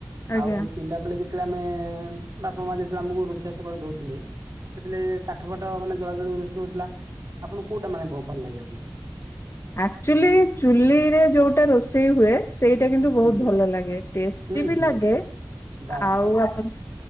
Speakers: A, on the left; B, on the right.
A: ଆଜ୍ଞା
B: ଆଉ ପିଲା ବେଳେ ଯେତେବେଳେ ଆମେ ବାପ, ମା ଯେତେବେଳେ ଆମକୁ ରୋଷେଇ ବାସ କରି ଦଉଥିଲେ। ସେତେବେଳେ କାଠ ଫାଠ ମାନେ ଜଳା ଜଳି ରୋଷେଇ ହଉଥିଲା। ଆପଣଙ୍କୁ କୋଉଟା ମାନେ ଭ-ଭଲ ଲାଗେ ଆପଣଙ୍କୁ?
A: ଆକଚୁଲି ଚୁଲିରେ ଯୋଉଟା ରୋଷେଇ ହୁଏ। ସେଇଟା କିନ୍ତୁ ବହୁତ
B: ହୁଁ
A: ଭଲ ଲାଗେ। ଟେଷ୍ଟି
B: ହୁଁ
A: ବି
B: ହୁଁ
A: ଲାଗେ
B: ବାସ୍
A: ଆଉ
B: ବାସ୍
A: ଆପ